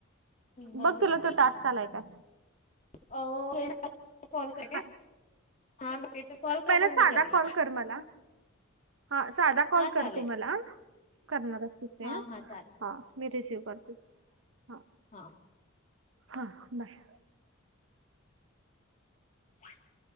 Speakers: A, on the left; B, on the right.
A: बर
B: बघ तुला
A: तुम्ही
B: तो टास्क आलाय काय?
A: <unintelligible>
B: हा.
A: हा बघते कॉल करा
B: पहिला
A: मग मी
B: साधा
A: करते
B: कॉल कर मला. ह साधा कॉल
A: हा चालेल
B: कर तू मला. करणारच तिसे
A: हा
B: <unintelligible>
A: हा चालेल
B: हा मी रिसिव करते हा.
A: हा
B: हा बाय.
A: <inaudible>